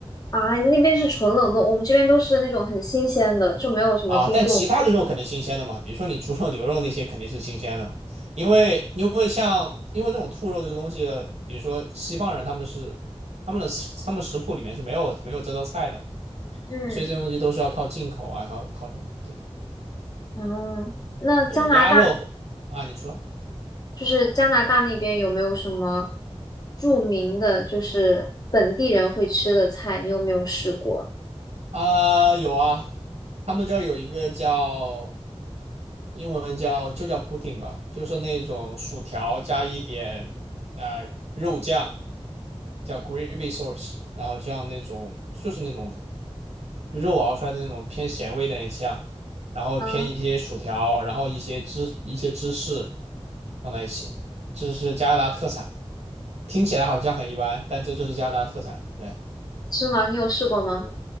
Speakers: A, on the left; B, on the right.
A: 啊，那边是纯冷冻，我们这边都是那种很新鲜的，就没有什么冰冻。
B: 啊，但其他的肉肯定新鲜的嘛，比如说你猪肉、牛肉那些肯定是新鲜的嘛，因为因为像因为这种兔肉这个东西，比如说西方人他们是他们的他们食谱里面是没有没有这道菜的，
A: 嗯，
B: 所以这种东西都是要靠进口啊，靠靠什么？对
A: 啊，那加拿大
B: 对，鸭肉啊，你说
A: 就是加拿大那边有没有什么著名的，就是本地人会吃的菜？你有没有试过？
B: 啊，有啊，他们这儿有一个叫英文叫就叫 pudding 吧，就是那种薯条加一点呃肉酱，叫 gravy sauce，然后像那种就是那种肉熬出来的那种偏咸味的那的酱，然后偏一些薯条，
A: 嗯，
B: 然后一些芝一些芝士放在一起，这是加拿大特产，听起来好像很一般，但这就是加拿大特产，对。
A: 是吗？你有试过吗？